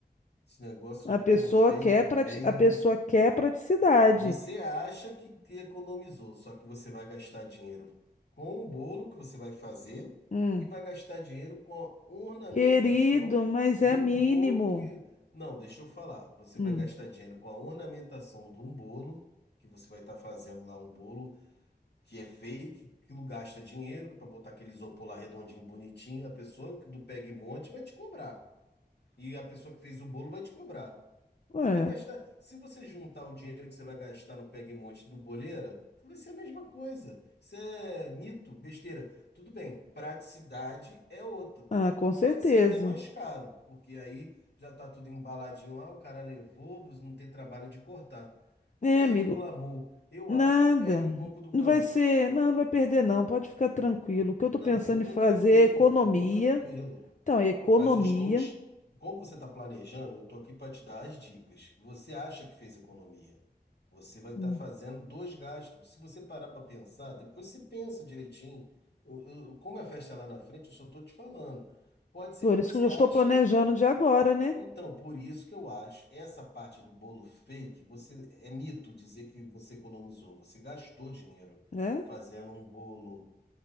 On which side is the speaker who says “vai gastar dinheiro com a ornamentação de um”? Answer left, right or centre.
Left